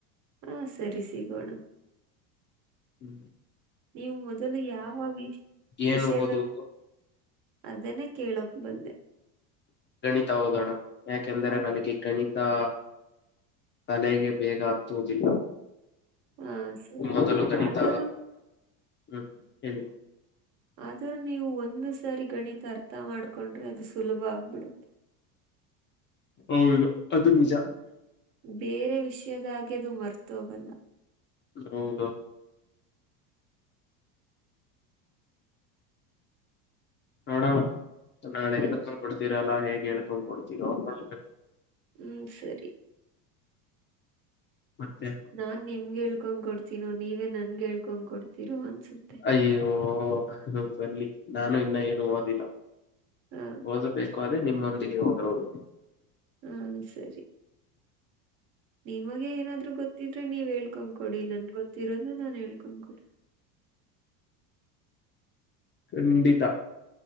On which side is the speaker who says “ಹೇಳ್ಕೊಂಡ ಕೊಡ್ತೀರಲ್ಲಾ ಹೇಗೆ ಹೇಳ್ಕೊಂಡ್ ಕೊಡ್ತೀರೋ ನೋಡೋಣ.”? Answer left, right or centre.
Left